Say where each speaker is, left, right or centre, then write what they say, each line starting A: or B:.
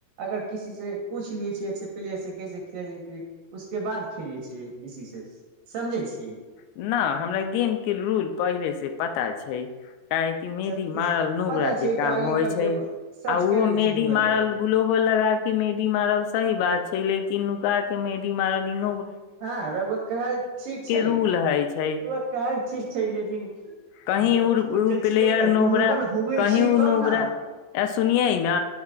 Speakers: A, on the right (about 70°); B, on the left (about 80°).
A: अगर किसी से पूछ लिये छी अच्छे प्लेयर से कैसे खेल उसके बाद खेले छी किसी से समझे छी
B: न हमरा गेम के रूल पहिले से पता छै काहेक
A: अच्छा
B: मेदी
A: कुछ
B: मारल नोबरा
A: पता छियै
B: के काम
A: तऽ आइये
B: होय
A: कभी
B: छै
A: अब सर्च
B: आ ओहो
A: कर लै
B: मेदी
A: छियै गूगल
B: मारल
A: पे
B: ग्लोबो लगा के मेदी मारल सही बात छै लेकिन नुका के मेी मारल इ
A: हँ रघुव कहाल ठीक छै
B: ब्लूल हइ छै
A: रउआ कहल ठीक छै लेकिन इहो
B: कह
A: तऽ सोचल
B: प्लेयर
A: छियै ने ग्लोबल
B: नोबरा
A: हुए
B: कही
A: छियै
B: ओ
A: तब
B: नोबरा
A: ने
B: सुने ने